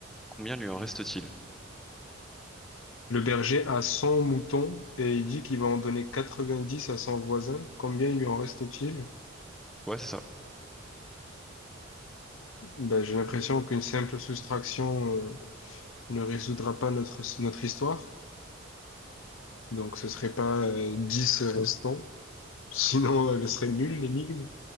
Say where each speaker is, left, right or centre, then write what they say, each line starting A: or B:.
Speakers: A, in the centre; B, on the left (about 75°).
A: combien lui en reste-t-il?
B: Le berger a 100 moutons et il dit qu'il va en donner 90 à son voisin. Combien il lui en reste-t-il?
A: Ouais, c'est ça.
B: Ben, j'ai l'impression qu'une simple soustraction... euh, ne résoudra pas notre, notre histoire. Donc ce serait pas euh, 10 restants, sinon euh, elle serait nulle l'énigme.